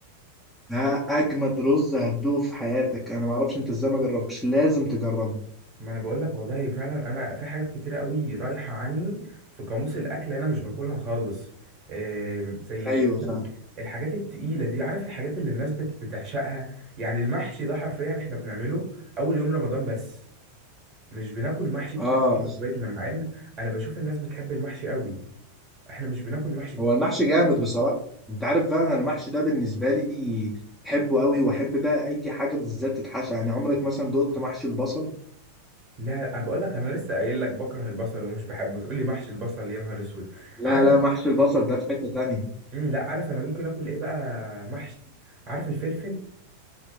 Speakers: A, in the centre; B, on the right.
A: ده أجمد رز هتدوقه في حياتك أنا معرفش أنت إزاي ما جربتش لازم تجربه
B: ما انا بقول لك والله فعلا انا في حاجات كتيره قوي رايحه عني في قاموس الاكل انا مش باكلها خالص آم، زي
A: ايوه
B: اللي هو
A: فاهم
B: الحاجات التقيله دي عارف الحاجات اللي الناس بت- بتعشقها يعني المحشي ده حرفيا احنا بنعمله اول يوم رمضان بس مش بناكل محشي
A: اه
B: كتير في بيتنا مع ان انا بشوف الناس بتحب المحشي قوي احنا مش بناكل محشي كتير
A: هو المحشي جامد بصراحه انت عارف بقى انا المحشي ده بالنسبه لي بحبه قوي واحب بقى اي حاجه بالذات تتحشى يعني عمرك مثلا دقت محشي البصل
B: لا انا بقول لك انا لسه قايل لك بكره البصل ومش بحبه تقول لي محشي البصل يا نهار اسود
A: لا
B: عارف
A: لا محشي البصل ده في حته تانية
B: مم، لا عارف انا ممكن اكل ايه بقى محشي عارف الفلفل